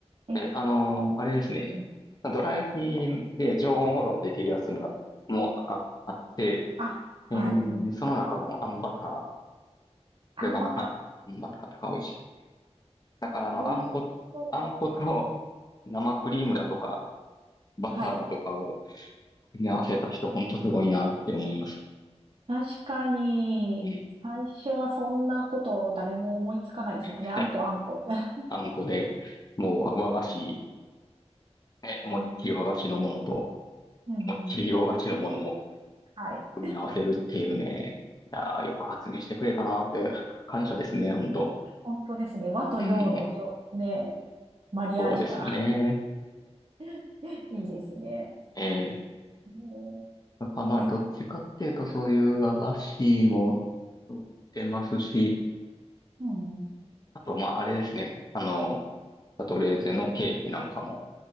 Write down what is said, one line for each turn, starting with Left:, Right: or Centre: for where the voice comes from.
Right: え、
Left: で、あの、あれですね、
Right: うん。
Left: ドラ焼きで常温保存できるやつも、もあ、あって、
Right: あ、はい。
Left: えーその中のあんバター、
Right: うん。あ、
Left: これがまた、
Right: また。
Left: あんバターとか美味しい。だからあの、
Right: 美味しそ
Left: あんこ、あんこと生クリームだとか、
Right: う。
Left: バターだとかを
Right: はい。
Left: 組み合わせた人、ほんとすごいなって思います。
Right: 確かに、
Left: うん
Right: 最初はそんなこと誰も思いつかないですよね。
Left: <laughs>
Right: あんこあんこ。<laughs>
Left: あんこで、もう和和菓子、ね、思いっきり和菓子のものと、
Right: うん。うんうんうん。
Left: もっちり洋菓子のものを
Right: はい。
Left: 組み合わせるっていうね、いやーよく発明してくれたなって、感謝ですね、ほんと。
Right: 本当ですね。和と洋のちょ、
Left: うん、
Right: ね、マリアージュが。
Left: そうですね。
Right: <laughs> いいですね。
Left: ええ
Right: えー
Left: なんかまあ、どっちかっていうと、
Right: え、
Left: そういう和菓子も売ってますし、
Right: うんうん、
Left: あとまあ、あれですね。あの、シャトレーゼのケーキなんかも